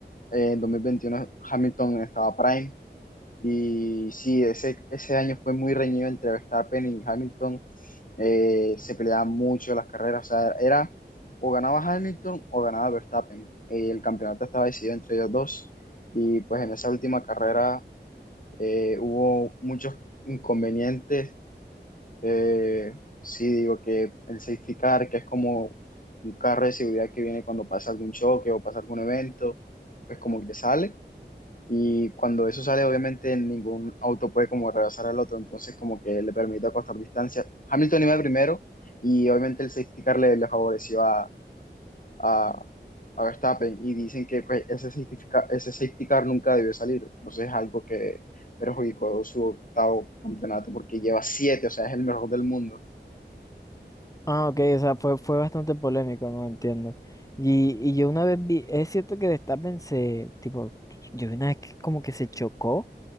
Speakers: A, on the left; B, on the left.
A: eh, en 2021 Hamilton estaba Prime, y sí, ese, ese año fue muy reñido entre Verstappen y Hamilton. Eh, se peleaban mucho las carreras. O sea, era o ganaba Hamilton o ganaba Verstappen. Eh, el campeonato estaba decidido entre ellos dos. Y pues en esa última carrera eh, hubo muchos inconvenientes. Eh, sí, digo que el safety car, que es como un carro de seguridad que viene cuando pasa algún choque o pasa algún evento, pues como que sale. Y cuando eso sale, obviamente ningún auto puede como rebasar al otro, entonces como que le permite acostar distancia. Hamilton iba primero y obviamente el safety car le, le favoreció a, a, a Verstappen y dicen que pues, ese safety ca- ese safety car nunca debió salir, entonces es algo que perjudicó su octavo campeonato porque lleva siete, o sea, es el mejor del mundo.
B: Ah, ok, o sea, fue, fue bastante polémico, no entiendo. Y, y yo una vez vi, es cierto que Verstappen se, tipo, yo vi una vez que como que se chocó.